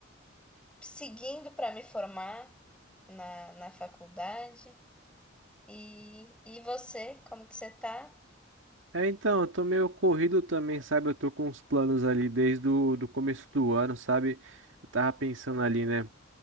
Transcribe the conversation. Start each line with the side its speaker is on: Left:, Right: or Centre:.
Centre: seguindo para me formar na, na faculdade. E, e você, como que você tá?
Right: É, então, eu tô meio corrido também, sabe? Eu tô com uns planos ali desde o do começo do ano, sabe? Eu tava pensando ali, né?